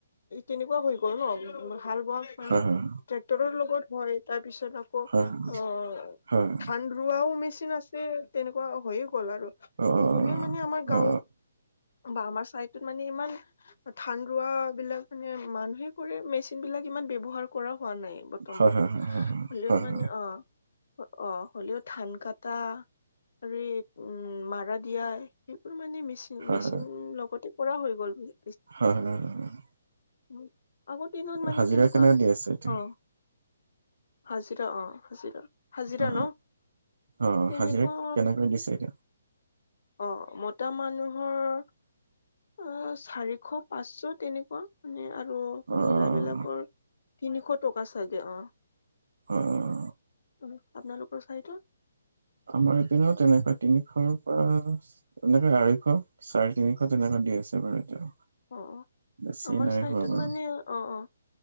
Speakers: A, on the left (about 65°); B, on the right (about 85°).
A: তেনেকুৱা হৈ গ'ল ন' হাল বোৱা। মানে
B: হয় হয়
A: ট্ৰেক্টৰৰ লগত হয়, তাৰপিছত আকৌ
B: হয় হয়
A: অ'
B: হয়
A: ধান ৰোৱাও মেচিন আছে, তেনেকুৱা হয়ে গ'ল আৰু,
B: অ অ
A: নহ'লেও মানে আমাৰ গাঁৱত
B: অ অ
A: বা আমাৰ চাইডত মানে ইমান ধান ৰুৱা বিলাক মানে মানুহে কৰি, মেছি বিলাক ইমান ব্যৱহাৰ কৰা হোৱা নাই বৰ্তমান,
B: হয় হয় হয় হয়
A: হলেও
B: হয়
A: মানে
B: হয়
A: অ'। অ' হ'লেও ধান কাটা। আৰু উম মাৰা দিয়া, সেইবোৰ মানে মেচিন,
B: হয়
A: মেচিন লগতে কৰা হৈ গ'ল বুলি।
B: হয়, হয়, অ'।
A: উম'। আগৰ মানে
B: হাজিৰা
A: তেনেকুৱা,
B: কেনেকে দি আছে এতিয়া
A: অ' হাজিৰা, অ' হাজিৰা। হাজিৰা
B: অ
A: ন',
B: অ
A: তেনেকুৱা।
B: হাজিৰা কেনেকৈ দিছে এতিয়া
A: অ' মতা মানুহৰ। অ' চাৰিশ, পাঁচশ তেনেকুৱা, মানে আৰু
B: অ',
A: মহিলা বিলাকৰ। তিনিশ টকা ছাগে অ'।
B: অ'।
A: উম' আপোনালোকৰ চাইদত?
B: আমাৰ এপিনেও তেনেকুৱাই, তিনিশৰ পৰা এনেকে আঢ়ৈশ, চাৰি তিনিশত এনেকা দি আছে বাৰু এতিয়া।
A: অ',
B: বেছি
A: আমাৰ
B: নাই
A: চাইডট
B: হোৱা বাৰু
A: মানে অ' অ'।